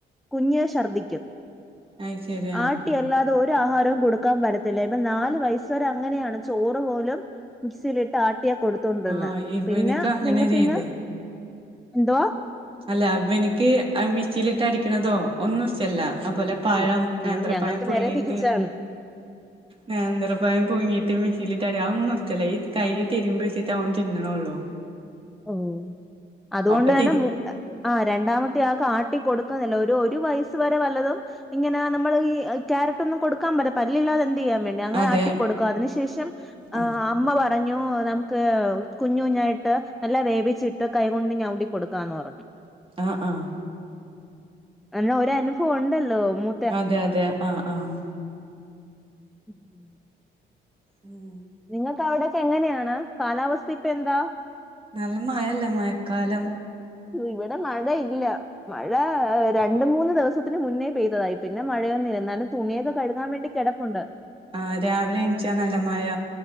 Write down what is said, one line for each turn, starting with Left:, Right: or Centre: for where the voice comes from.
Centre: കുഞ്ഞ് ശർദ്ദിക്കും
Right: അത് ശരി ആഹ്
Centre: ആട്ടി അല്ലാതെ ഒരു ആഹാരവും കൊടു ക്കാൻ പറ്റത്തില്ല ഇപ്പ നാല് വയസ് വരെ അങ്ങനെയാണ് ചോറ് പോലും മിക്‌സീലിട്ടാ ട്ടിയാ കൊടുത്തോണ്ടിര്ന്നെ
Right: ആഹ് ഇവനിക്ക്
Centre: പിന്നെ
Right: അങ്ങനെ
Centre: പിന്നെപ്പിന്നെ
Right: ചെയ്ത്
Centre: എന്തുവാ
Right: അല്ലാ ഇവനിക്ക് അ മിക്സീലിട്ടടിക്കണതോ ഒന്നും ഇഷ്ടല്ലാ അഅ് പോലെ പഴം
Centre: അയ്യോ അയ്യോ
Right: നേന്ത്രപ്പഴം
Centre: ഞങ്ങൾക്ക്
Right: പുഴുങ്ങീട്ട്
Centre: നേരെ തിരിച്ചാണ്
Right: നേന്ത്രപ്പയം പുയുങ്ങീട്ട് മിക്‌സീലിട്ടര അ ഒന്നും ഇഷ്ടല്ല ഈ കയ്യി തിരുമ്പി വെച്ചിട്ട ഓൻ തിന്നണൊള്ളൂ
Centre: ഓ അതുകൊണ്ട്
Right: ഒക്കെ
Centre: തന്നെ
Right: തിരി
Centre: മൂ എ ആഹ് രണ്ടാമത്തെയാക്കാട്ടി കൊടുക്കുന്നില്ല ഒരു ഒരു വയസ്സ് വരെ വല്ലതും ഇങ്ങനാ നമ്മള് ഈ അ ക്യാരറ്റൊന്നും കൊടുക്കാൻ പറ്റ പല്ലില്ലാതെ എന്തെയ്യാൻ വേണ് ടെ അങ്ങനാട്ടി
Right: അതെ
Centre: കൊടുക്കും അതിനു ശേഷം
Right: ആ
Centre: ആഹ് അമ്മ പറഞ്ഞു നമുക്ക് കുഞ്ഞ് കുഞ്ഞായിട്ട് നല്ല വേവിച്ചിട്ട കൈ കൊണ്ട് ഞവിടി കൊടുക്കാന്ന് പറഞ്ഞു
Right: ആഹ് ആഹ്
Centre: അല്ലാ ഒരനുഫൊണുണ്ടല്ലേ മു
Right: അതെയതെ ആഹ് ആഹ്
Centre: ഉം
Right: ഉം
Centre: നിങ്ങക്കവിടെയൊക്കെ എങ്ങനെയാണ് കാലാവസ്ഥയിപ്പെന്താ
Right: നല്ല മയല്ലേ മയക്കാലം
Centre: ഓ ഇവടെ മഴയില്ലാ മഴാ രണ്ട് മൂന്ന് ദിവസത്തിന് മുന്നേ പെയ്തതായി പിന്നെ മഴയൊന്നില്ലെന്നാലും തുണിയൊക്ക കഴുകാൻ വേണ്ടി കെടപ്പുണ്ട്
Right: ആഹ് രാവിലെ എണിച്ചാ നല്ല മയ